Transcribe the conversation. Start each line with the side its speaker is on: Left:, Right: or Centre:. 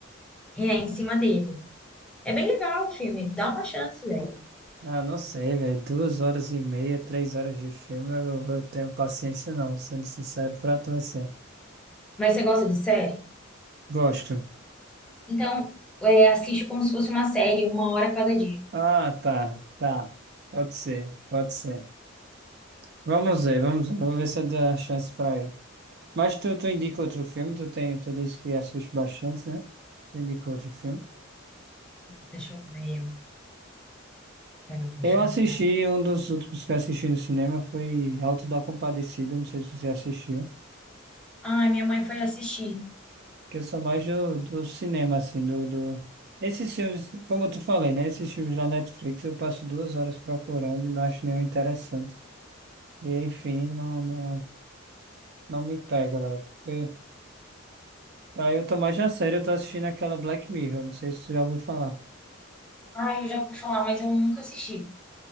Centre: é, em cima dele. É bem legal o filme, dá uma chance, velho.
Right: Ah, não sei, velho. Duas horas e meia, três horas de filme, eu, eu tenho paciência não, sendo sincero pra tu, assim.
Centre: Mas você gosta de série?
Right: Gosto.
Centre: Então, é, assiste como se fosse uma série, uma hora a cada dia.
Right: Ah, tá, tá. Pode ser, pode ser. Vamos ver, vamos ver. Vou ver se eu dou a chance pra ele. Mas tu, tu indica outro filme, tu, tem, tu disse que assiste bastante, né? Tu indica outro filme.
Centre: Deixa eu ver, peraí, deixa
Right: Eu assisti,
Centre: eu entrar.
Right: um dos últimos que eu assisti no cinema foi Alto da Compadecida, não sei se você assistiu.
Centre: Ai, minha mãe foi assistir.
Right: Que eu sou mais do, do cinema, assim, do, do... Esses filmes, como eu te falei, né? Esses filmes da Netflix eu passo duas horas procurando e não acho nenhum interessante. E, enfim, não, não, não me pega, velho. Porque... Aí eu tô mais a sério, eu tô assistindo aquela Black Mirror, não sei se você já ouviu falar.
Centre: Ai, eu já ouvi falar, mas eu nunca assisti.